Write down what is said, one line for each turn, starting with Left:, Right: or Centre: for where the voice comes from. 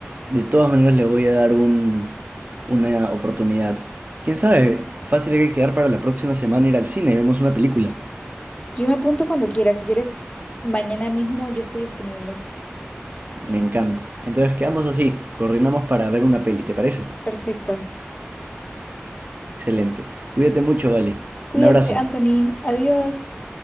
Right: De todas maneras le voy a dar un, una oportunidad. ¿Quién sabe? Fácil hay que quedar para la próxima semana ir al cine y vemos una película.
Left: Yo me apunto cuando quieras. Si quieres, mañana mismo yo estoy disponible.
Right: Me encanta. Entonces quedamos así, coordinamos para ver una peli, ¿te parece?
Left: Perfecto.
Right: Excelente. Cuídate mucho, vale.
Left: Cuídate,
Right: Un abrazo.
Left: Anthony. Adiós.